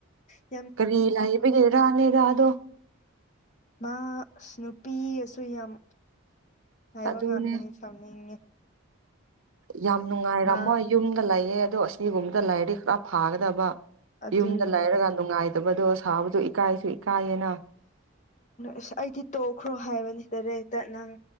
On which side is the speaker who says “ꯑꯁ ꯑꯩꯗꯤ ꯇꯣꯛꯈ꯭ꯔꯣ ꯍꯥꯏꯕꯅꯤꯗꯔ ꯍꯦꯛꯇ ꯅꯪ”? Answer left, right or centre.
Left